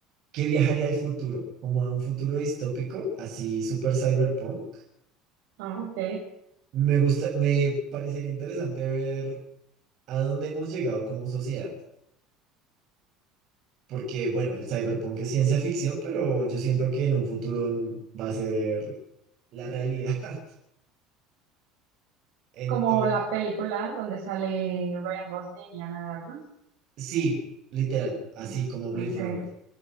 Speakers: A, on the right; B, on the right.
A: que viajaría al futuro, como a un futuro distópico, así super cyberpunk.
B: Ah, ok.
A: Me gusta, me parecería interesante ver a dónde hemos llegado como sociedad, porque bueno, el cyberpunk es ciencia ficción, pero yo siento que en un futuro va a ser la realidad. <laughs> Entonces,
B: Como la película donde sale Ryan Gosling y Ana de Armas.
A: sí, literal, así
B: Ah,
A: como Blade
B: ok.
A: Runner.